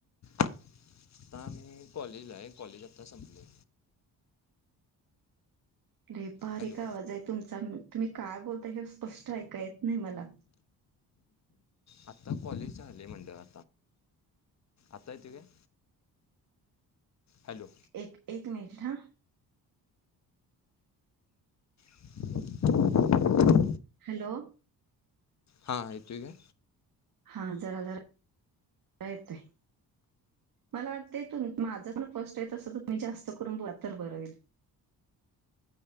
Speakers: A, on the left; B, on the right.
A: आता मी कॉलेजला आहे, कॉलेज आता संपलय.
B: नाहीे बारीक
A: हॅलो
B: आवाज हाय तुमचा तुम्ही काय बोलताय हे स्पष्ट ऐका येत नाही मला.
A: आता कॉलेज झालय म्हणलं आताय तुमीक, हॅलो
B: एक एक मिनट हां
A: <inaudible>
B: हॅलो!
A: हां एतोय काय?
B: हा जरा जरा येतोय मला वाटतंय तु माझं पण फस्ट आहे तसं तर म्ी जास्त करून बोललं तर बर होईल.